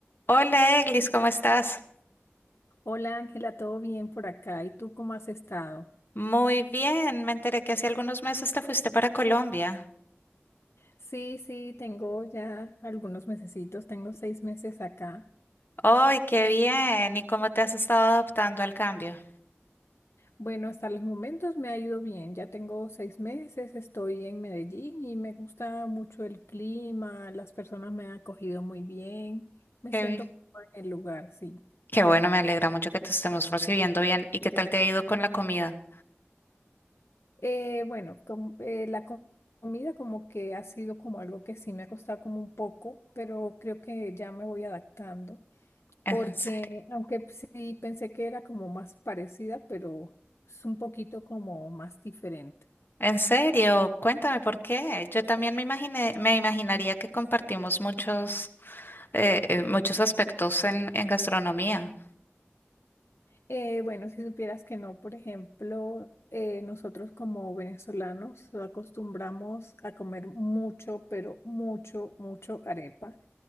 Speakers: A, on the left; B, on the left.
A: Hola Eglis, ¿cómo estás?
B: Hola Ángela, ¿todo bien por acá? ¿Y tú cómo has estado?
A: Muy bien, me enteré que hace algunos meses te fuiste para Colombia.
B: Sí, sí, tengo ya algunos mesecitos, tengo seis meses acá.
A: ¡Ay, qué bien! ¿Y cómo te has estado adaptando al cambio?
B: Bueno, hasta los momentos me ha ido bien, ya tengo seis meses, estoy en Medellín y me gusta mucho el clima, las personas me han acogido muy bien, me
A: Qué,
B: siento
A: bi-
B: cómoda en el lugar, sí.
A: qué bueno, me alegra mucho que te estemos recibiendo bien. ¿Y qué tal te ha ido con la comida?
B: Eh, bueno, com- eh, la co- comida como que ha sido como algo que sí me ha costado como un poco, pero creo que ya me voy adaptando.
A: En
B: porque
A: serio.
B: aunque sí pensé que era como más parecida, pero es un poquito como más diferente.
A: En serio, cuéntame por qué. Yo también me imaginé, me imaginaría que compartimos muchos, eh, eh, muchos aspectos en, en gastronomía.
B: Eh, bueno, si supieras que no, por ejemplo, eh, nosotros como venezolanos acostumbramos a comer mucho, pero mucho, mucho arepa.